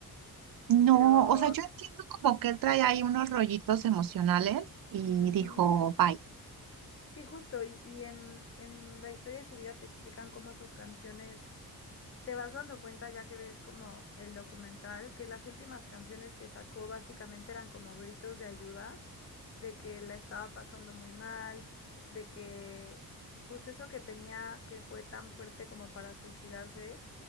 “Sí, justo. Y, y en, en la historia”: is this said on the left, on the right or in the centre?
Left